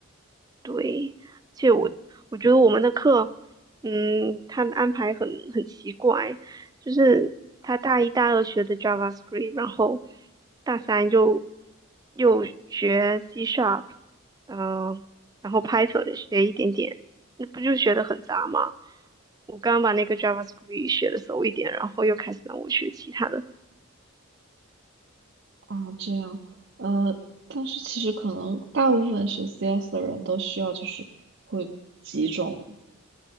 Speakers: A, on the right (about 15°); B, on the right (about 50°).
A: 累而且我我觉得我们的课，嗯，他的安排很很奇怪，就是他大一大二学的 JavaScript，然后大三又又学 C Sharp，嗯、呃然后 Python 学一点点，那不就学的很杂吗？我刚把那个 JavaScript 学的熟一点，然后又开始让我学其他的。
B: 啊，这样，呃，但是其实可能大部分学 CS 的人都需要就是会几种